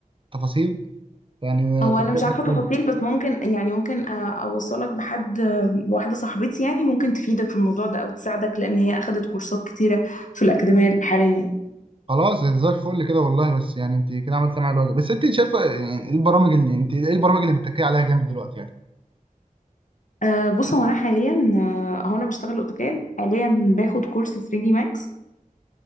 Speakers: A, on the right (about 35°); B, on the left (about 60°).
A: التفاصيل يعني
B: هو
A: تبقى
B: انا مش
A: زي
B: عارفه
A: الفل
B: تفاصيل بس ممكن يعني ممكن آه، اوصلك بحد آه، بواحده صاحبتي يعني ممكن تفيدك في الموضوع ده او تساعدك لان هي اخدت كورسات كتيره في الاكاديميه البحريه يعني.
A: خلاص زي الفل كده والله بس يعني انت كده عملت معايا الواجب بس انت شايفه يعني ايه البرامج اللي انت ايه البرامج اللي متكيه عليها جامد دلوقتي يعني
B: أه بص هو انا حاليا آه، هو انا بشتغل اوتوكاد حاليا باخد كورس 3 دي ماكس